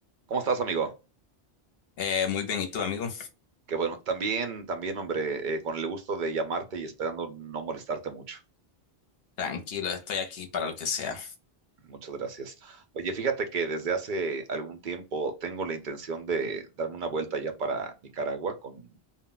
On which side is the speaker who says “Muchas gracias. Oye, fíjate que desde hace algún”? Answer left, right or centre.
Right